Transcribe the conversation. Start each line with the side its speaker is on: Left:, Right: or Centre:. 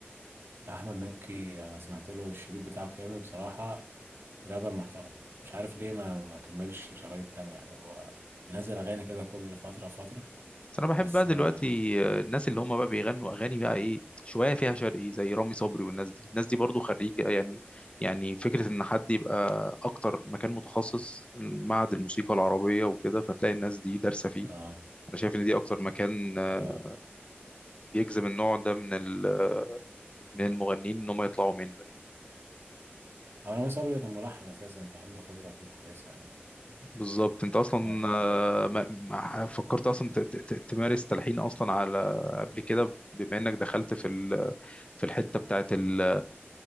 Right: لا، احمد مكي انا سمعت له الشريط بتاعه كامل بصراحه رابر محترم مش عارف ليه ما ما كملش شرايط تانية يعني هو بينزل اغاني كده كل فتره فتره
Left: بس انا بحب
Right: بس
Left: بقى دلوقتي
Right: ما
Left: آه، الناس اللي هم بقى بيغنوا اغاني بقى ايه شويه فيها شرقي زي رامي صبري والناس دي الناس دي برضو خريجه يعني يعني فكره ان حد يبقى اكتر مكان متخصص معهد الموسيقى العربيه وكده فتلاقي الناس دي دارسه فيه
Right: اه
Left: انا شايف ان دي اكتر مكان آه،
Right: ايوه
Left: بيجذب النوع ده من ال- من المغنيين ان هم يطلعوا منه
Right: هو رامي صبري ده كان ملحن اساسا فعنده خبره اكيد كويسه يعني ف
Left: بالظبط انت اصلا
Right: آه.
Left: آه، ما ما فكرت اصلا ت- ت- ت- تمارس تلحين اصلا على قبل كده بما انك دخلت في ال- في الحته بتاعت ال-